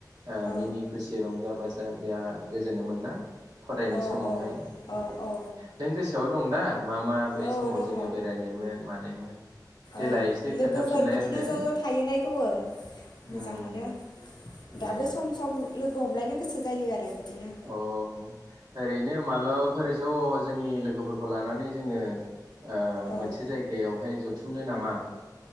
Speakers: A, on the right; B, on the left.
A: ओ
B: औ
A: मिनि खुसि रंजा बा-जा बिराद गोजोनोमोनो ना? फरायनाय
B: औ
A: समावहाय
B: औ औ
A: नों गोसो दं दा मा मा बै
B: औ
A: समाव
B: दङ
A: जोङो बेरायनायमोन मानायमोन देेलाय
B: ओं
A: एसे
B: लोगोफोर
A: खोन्थाफिनलाय
B: बिदिनो
A: आंनो
B: ज' ज' थाहैनायखौ ओं
A: उम
B: मोजां मोनो दाबो
A: दे
B: सम सम लोगो हमलायनो गोसो जायो आरो बिदिनो
A: अ ओरैनो मालाबाफोर ज जोंनि लोगोफोरखौ लानानै जोङो ओ
B: औ
A: मोनसे जायगायावहाय ज बुथुमनो नामा?